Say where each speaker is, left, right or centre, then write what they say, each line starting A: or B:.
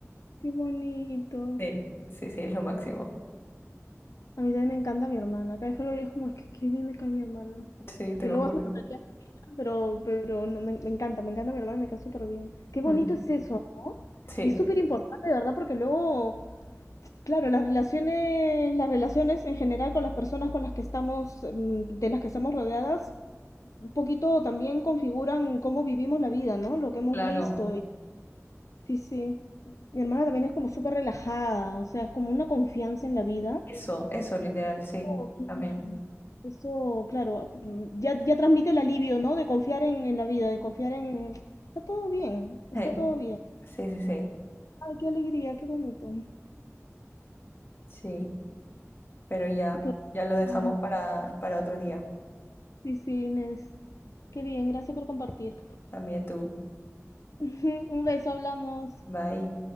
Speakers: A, on the left (about 80°); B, on the left (about 50°).
A: qué bonito.
B: Sí, sí, sí, es lo máximo.
A: A mí también me encanta mi hermana. Cada vez que lo veo es como, es que qué bien me cae mi hermana.
B: Sí, te
A: Que
B: lo
A: luego
B: juro.
A: hace tonterías también, ¿no? pero, pero no, me, me encanta, me encanta mi hermana, me cae súper bien. Qué bonito
B: Mm,
A: es eso, ¿no?
B: Sí,
A: Y es súper importante, de verdad, porque luego, claro, las relaciones, las relaciones en general con las personas con las que estamos, mm, de las que estamos rodeadas, un poquito también configuran cómo vivimos la vida, ¿no? Lo que hemos
B: claro.
A: visto. Y, sí, sí. Mi hermana también es como súper relajada, o sea, es como una confianza en la vida.
B: Eso, eso, literal, sí,
A: Oh, qué
B: también.
A: bien. Eso, claro, mm, ya, ya transmite el alivio, ¿no? De confiar en, en la vida, de confiar en... Está todo bien, está
B: Sí,
A: todo bien.
B: sí, sí, sí,
A: Ay, qué alegría, qué bonito.
B: sí, pero ya,
A: Pero-
B: ya lo dejamos
A: Realmente,
B: para, para otro día.
A: sí, sí, Inés. Qué bien, gracias por compartir.
B: También tú.
A: <laughs> Un beso, hablamos.
B: Bye.